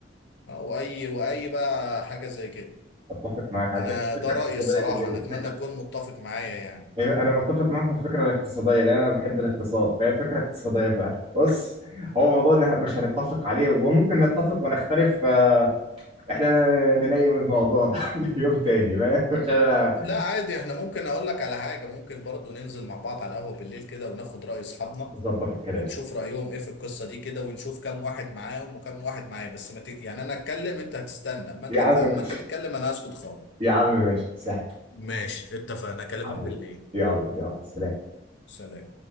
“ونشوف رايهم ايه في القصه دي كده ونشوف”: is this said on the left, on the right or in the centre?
Left